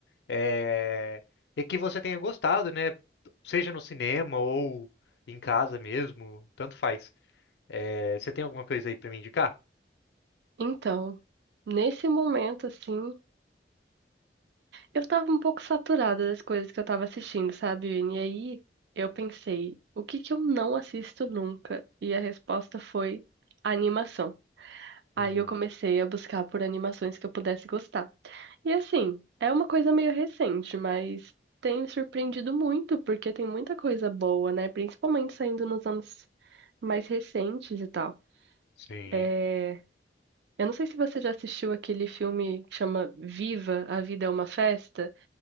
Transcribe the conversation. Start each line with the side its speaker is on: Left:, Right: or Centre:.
Left: é... e que você tenha gostado, né? Seja no cinema ou em casa mesmo, tanto faz. É, você tem alguma coisa aí pra me indicar?
Right: Então, nesse momento, assim, eu tava um pouco saturada das coisas que eu tava assistindo, sabe, Vini? E aí eu pensei, o que que eu não assisto nunca? E a resposta foi animação. Aí
Left: Hum,
Right: eu comecei a buscar por animações que eu pudesse gostar. E assim, é uma coisa meio recente, mas tem me surpreendido muito, porque tem muita coisa boa, né? Principalmente saindo nos anos. mais recentes e tal.
Left: sim,
Right: É, Eu não sei se você já assistiu aquele filme que chama Viva, a Vida é uma Festa,